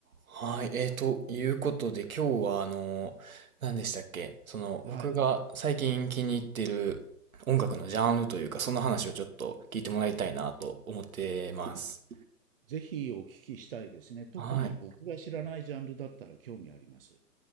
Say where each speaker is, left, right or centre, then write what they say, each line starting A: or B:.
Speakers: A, on the right; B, on the right.
A: はい、えーということで、今日はあの、何でしたっけ、その僕が最近気に入ってる音楽のジャンルというか、
B: はい。
A: その話をちょっと聞いてもらいたいなと思ってます。
B: ぜひお聞きしたいですね。特に僕が知らないジャンルだったら興味あります。
A: はい。